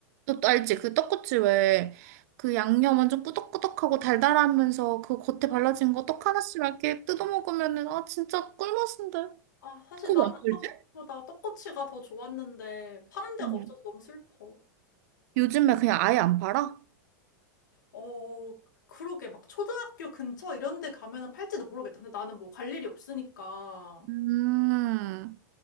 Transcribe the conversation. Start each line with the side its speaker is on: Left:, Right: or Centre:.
Right: 너또 알지? 그 떡꼬치 왜 그 양념 완전 꾸덕꾸덕하고 달달하면서 그 겉에 발라진 거 떡 하나씩 이렇게 뜯어 먹으면은 아 진짜 꿀맛인데.
Left: 아, 사실
Right: 그거
Left: 나는
Right: 왜안
Left: 떡볶이보다
Right: 팔지?
Left: 떡꼬치가 더 좋았는데 파는 데가
Right: 응.
Left: 없어서 너무 슬퍼.
Right: 요즘에 그냥 아예 안 팔아?
Left: 어, 그러게. 막 초등학교 근처 이런 데 가면은 팔지도 모르겠다. 근데 나는 뭐 갈 일이 없으니까.
Right: 음.